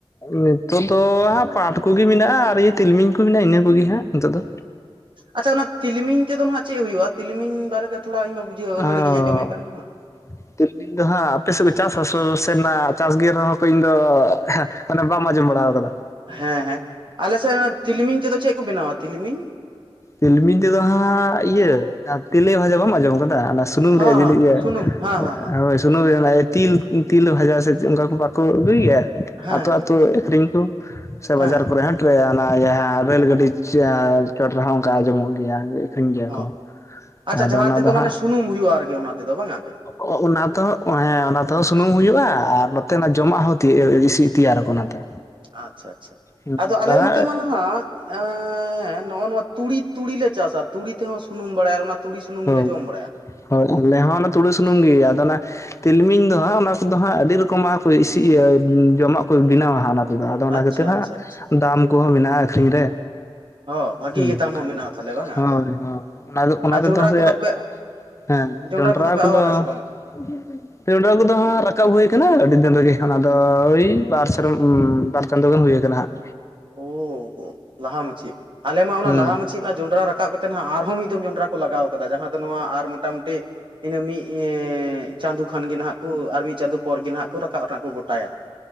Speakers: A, on the left; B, on the right.
A: ᱱᱤᱛᱳᱜ ᱫᱚ ᱦᱟᱸ ᱯᱟᱴ ᱠᱚᱜᱮ ᱢᱮᱱᱟᱜᱼᱟ ᱟᱨ ᱛᱤᱞᱢᱤᱧ ᱠᱚ ᱢᱮᱱᱟᱜᱼᱟ ᱤᱱᱟᱹ ᱠᱚᱜᱮ ᱦᱟᱸᱜ ᱱᱤᱛᱚᱜ ᱫᱚ
B: ᱟᱪᱪᱷᱟ ᱚᱱᱟ ᱛᱤᱞᱢᱤᱧ ᱛᱮᱫᱚ ᱦᱟᱸᱜ ᱪᱮᱫ ᱦᱩᱭᱩᱜᱼᱟ ᱛᱤᱞᱢᱤᱧ ᱵᱟᱨᱮᱛᱮ ᱛᱷᱚᱲᱟ ᱤᱧᱢᱟ ᱵᱩᱡᱷᱟᱹᱣ
A: ᱚ
B: ᱟᱹᱱᱟᱹᱲᱤ ᱜᱤᱧ ᱟᱸᱡᱚᱢᱮᱫ ᱠᱟᱱ ᱛᱟᱢᱟ
A: ᱛᱤᱞᱢᱤᱧ ᱫᱚ ᱦᱟᱸᱜ ᱟᱯᱮ ᱥᱮᱫ ᱠᱚ ᱪᱟᱥ ᱥᱟᱥᱩ ᱥᱮᱱᱟᱜ ᱪᱟᱥ ᱜᱮ ᱨᱮᱦᱚᱸ ᱠᱚ ᱤᱧ ᱫᱚ ᱢᱟᱱᱮ ᱵᱟᱢ ᱟᱸᱡᱚᱢ ᱵᱟᱲᱟ ᱟᱠᱟᱫᱟ
B: ᱦᱮᱸ ᱦᱮᱸ ᱟᱞᱮ ᱥᱮᱫ ᱛᱤᱞᱢᱤᱧ ᱛᱮᱫᱚ ᱪᱮᱫ ᱠᱚ ᱵᱮᱱᱟᱣᱟ ᱛᱤᱞᱢᱤᱧ
A: ᱛᱤᱞᱢᱤᱧ ᱛᱮᱫᱚ ᱦᱟᱸᱜ ᱤᱭᱟᱹ ᱡᱟᱦᱟᱸ ᱛᱮᱞᱮ ᱵᱷᱟᱡᱟ ᱵᱟᱢ ᱟᱸᱡᱚᱢ ᱠᱟᱫᱟ ᱚᱱᱟ ᱥᱩᱱᱩᱢ ᱨᱮᱭᱟᱜ
B: ᱦᱚᱸ ᱦᱚᱸ
A: ᱡᱤᱱᱤ ᱤᱭᱟᱹ
B: ᱥᱩᱱᱩᱢ ᱦᱮᱸ ᱦᱮᱸ
A: ᱦᱳᱭ ᱥᱩᱱᱩᱢ ᱨᱮᱭᱟᱜ ᱛᱤᱞ ᱛᱤᱞ ᱵᱷᱟᱡᱟ ᱥᱮ ᱚᱱᱠᱟ ᱠᱚ ᱵᱟᱠᱚ ᱟᱹᱜᱩᱭ ᱜᱮᱭᱟ
B: ᱦᱮᱸ
A: ᱟᱛᱳ
B: ᱦᱮᱸ
A: ᱟᱛᱳ
B: ᱦᱮᱸ
A: ᱟᱠᱷᱨᱤᱧ ᱠᱚ ᱥᱮ ᱵᱟᱡᱟᱨ
B: ᱦᱮᱸ
A: ᱠᱚᱨᱮ ᱦᱚᱸ <unintelligible> ᱨᱮᱹᱞ ᱜᱟᱹᱰᱤ ᱪᱚᱴ ᱦᱚᱸ ᱚᱱᱠᱟ ᱟᱸᱚᱢᱚᱜ ᱜᱮᱭᱟ ᱟᱠᱷᱨᱤᱧ ᱜᱮᱭᱟ
B: ᱦᱚᱸ
A: ᱠᱚ
B: ᱟᱪᱪᱷᱟ
A: ᱟᱫᱚ
B: ᱡᱟᱦᱟᱸ
A: ᱚᱱᱟ
B: ᱛᱮᱫᱚ
A: ᱫᱚ ᱦᱟᱸᱜ
B: ᱢᱟᱱᱮ ᱥᱩᱱᱩᱢ ᱦᱩᱭᱩᱜᱼᱟ ᱟᱨᱠᱤ ᱚᱱᱟ ᱛᱮᱫᱚ ᱵᱟᱝᱟ ᱜᱮ
A: <unintelligible> ᱚᱱᱟ ᱛᱚ ᱦᱮ ᱚᱱᱟ ᱛᱚ ᱥᱩᱱᱩᱢ ᱦᱩᱭᱩᱜᱼᱟ ᱟᱨ ᱱᱚᱛᱮᱱᱟᱜ ᱡᱚᱢᱟᱜ ᱦᱚᱸ <unintelligible> ᱛᱮᱭᱟᱨᱚ ᱚᱱᱟᱛᱮ
B: ᱟᱪᱪᱷᱟ ᱟᱪᱪᱷᱟ
A: ᱦᱩᱸ
B: ᱟᱫᱚ
A: ᱚᱱᱟ
B: ᱟᱞᱮ ᱱᱚᱛᱮ ᱢᱟ ᱱᱟᱦᱟᱜ ᱮ ᱱᱚᱜ ᱱᱚᱣᱟ ᱛᱩᱲᱤ ᱛᱩᱲᱤᱞᱮ ᱪᱟᱥᱟ ᱛᱩᱲᱤ ᱛᱮᱦᱚᱸ ᱥᱩᱱᱩᱢ ᱵᱟᱲᱟᱭᱟ ᱚᱱᱟ ᱛᱩᱲᱤ ᱥᱩᱱᱩᱢ
A: ᱦᱳᱭ
B: ᱜᱮᱞᱮ ᱡᱚᱢ ᱵᱟᱲᱟᱭᱟ
A: ᱦᱳᱭ ᱟᱞᱮ ᱦᱚᱸ ᱚᱱᱟ ᱛᱩᱲᱩ ᱥᱩᱱᱩᱢ ᱜᱮ ᱟᱫᱚ ᱚᱱᱟ ᱛᱤᱞᱢᱤᱧ ᱫᱚ ᱦᱟᱸᱜ ᱚᱱᱟ ᱠᱚᱫᱚ ᱦᱟᱸᱜ ᱟᱹᱰᱤ ᱨᱚᱠᱚᱢᱟᱜ ᱤᱥᱤ ᱤᱭᱟᱹ ᱡᱚᱢᱟᱜ ᱠᱚ ᱵᱮᱱᱟᱣᱟ ᱦᱟᱜ ᱚᱱᱟ ᱛᱮᱫᱚ ᱟᱫᱚ ᱚᱱᱟ
B: ᱟᱪᱪᱷᱟ
A: ᱠᱷᱟᱹᱛᱤᱨ ᱦᱟᱸᱜ
B: ᱟᱪᱪᱷᱟ ᱟᱪᱪᱷᱟ
A: ᱫᱟᱢ ᱠᱚᱦᱚᱸ ᱢᱮᱱᱟᱜᱼᱟ ᱟᱠᱷᱨᱤᱧ ᱨᱮ
B: ᱦᱚᱸ ᱵᱷᱟᱹᱜᱤ
A: ᱦᱩᱸ
B: ᱜᱮ ᱫᱟᱢ ᱦᱚᱸ ᱢᱮᱱᱟᱜᱼᱟ ᱛᱟᱦᱚᱞᱮ ᱵᱟᱝ
A: ᱦᱳᱭ
B: ᱟ ᱜᱮ
A: ᱦᱳᱭ ᱚᱱᱟ ᱫᱚ ᱚᱱᱟ
B: ᱟᱨ
A: ᱛᱮᱫᱚ
B: ᱡᱚᱱᱰᱨᱟ
A: ᱥᱮ
B: ᱠᱚᱫᱚ ᱯᱮ
A: ᱦᱮᱸ
B: ᱡᱚᱸᱰᱨᱟ
A: ᱡᱚᱱᱰᱨᱟ
B: ᱯᱮ
A: ᱠᱚᱫᱚ
B: ᱟᱵᱟᱫᱟ ᱥᱮ ᱵᱟᱝ
A: <unintelligible> ᱠᱚᱫᱚ ᱦᱟᱸᱜ ᱨᱟᱠᱟᱵ ᱦᱩᱭ ᱠᱟᱱᱟ ᱟᱹᱰᱤ ᱫᱤᱱ ᱨᱮᱜᱮ ᱚᱱᱟ ᱫᱚ ᱳᱭ ᱵᱟᱨ ᱥᱮᱨᱢ ᱵᱟᱨ ᱪᱟᱸᱫᱳ ᱜᱟᱱ ᱦᱳᱭ ᱠᱟᱱᱟ ᱦᱟᱸᱜ
B: ᱚ ᱞᱟᱦᱟ ᱢᱟᱪᱷᱤ ᱟᱞᱮ ᱢᱟ ᱚᱱᱟ
A: ᱦᱩᱸ
B: ᱞᱟᱦᱟ ᱢᱟᱪᱷᱤ ᱨᱮᱱᱟᱜ ᱡᱚᱸᱰᱨᱟ ᱨᱟᱵ ᱠᱟᱛᱮ ᱱᱟᱜ ᱟᱨᱦᱚᱸ ᱢᱤᱫ ᱫᱚᱢ ᱡᱚᱸᱰᱨᱟ ᱠᱚ ᱞᱟᱜᱟᱣ ᱠᱟᱫᱟ ᱡᱟᱦᱟᱸ ᱫᱚ ᱱᱚᱣᱟ ᱟᱨ ᱢᱚᱴᱟᱢᱩᱴᱤ ᱤᱱᱟᱹ ᱢᱤᱫ ᱮᱸ ᱪᱟᱸᱫᱳ ᱠᱷᱟᱱ ᱜᱮ ᱱᱟᱦᱟᱜ ᱠᱚ ᱟᱨ ᱢᱤᱫ ᱪᱟᱸᱫᱳ ᱯᱚᱨ ᱜᱮ ᱱᱟᱦᱟᱜ ᱠᱚ ᱨᱟᱠᱟᱵ ᱨᱮᱱᱟᱜ ᱠᱚ ᱜᱚᱴᱟᱭᱟ